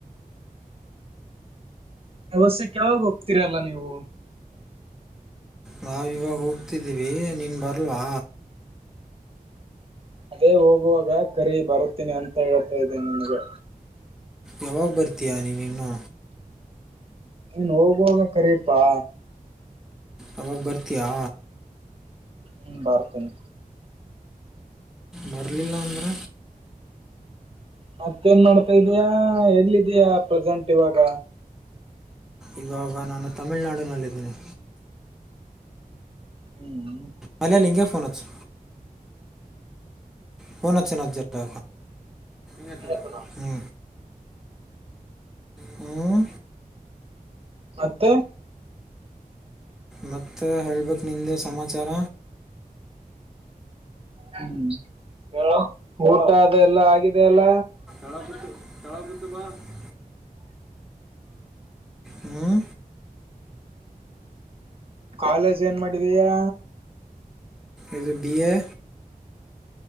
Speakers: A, on the right; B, in the centre.
A: ವ್ಯವಸ್ಥ್ಯಕ್ಕೆ ಯಾವಾಗ ಹೋಗ್ತೀರ ಅಲ್ಲ ನೀವು
B: ನಾವು ಇವಾಗ ಹೋಗಡ್ತಿದ್ದೀವಿ ನೀನು ಬರಲ್ವಾ
A: ಅದೇ ಹೋಗುವಾಗ ಕರಿ ಬರ್ತೀನಿ ಅಂತ ಹೇಳ್ತಾ ಇದ್ದೀನಿ ನನ್ಗೆ
B: ಯಾವಾಗ ಬರ್ತೀಯ ನೀ ಇನ್ನು.
A: ನೀನ್ ಹೋಗುವಾಗ ಕರೀಪಾ,
B: ಅವಾಗ ಬರ್ತೀಯಾ.
A: ಹ್ಮ ಬರ್ತೀನಿ.
B: ಬರಲಿಲ್ಲ ಅಂದ್ರ.
A: ಮತ್ತೇನ್ ಮಾಡ್ತಾ ಇದ್ದೀಯಾ ಎಲ್ಲಿದೀಯಾ ಪ್ರೆಸೆಂಟ್ ಇವಾಗ.
B: ಇವಾಗ ನಾನು ತಮಿಳ್ನಾಡನಲ್ಲಿದ್ದೀನಿ.
A: ಹ್ಮ್.
B: ಮಲ್ಯ ನಿಂಗೆ ಫೋನ್ ಹಚ್ಚು. ಫೋನ್ ಅಚ್ಚು ನಾ ಜರ ಹೇಳ್ತಾ.
A: ಆಯ್ತು ನಾ
B: ಹ್ಮ ಹ್ಮ,
A: ಮತ್ತೆ,
B: ಮತ್ತೆ ಹೇಳ್ಬಕ್ ನಿಂದೆ ಸಮಾಚಾರ.
A: ಹ್ಮ್ ಊಟ ಅದ ಎಲ್ಲಾ ಆಗಿದೆ ಅಲ್ಲ.
B: <unintelligible> ಹ್ಮ,
A: ಕಾಲೇಜ್ ಏನ್ ಮಾಡಿದಿಯಾ,
B: ಇದು ಬಿ ಎ.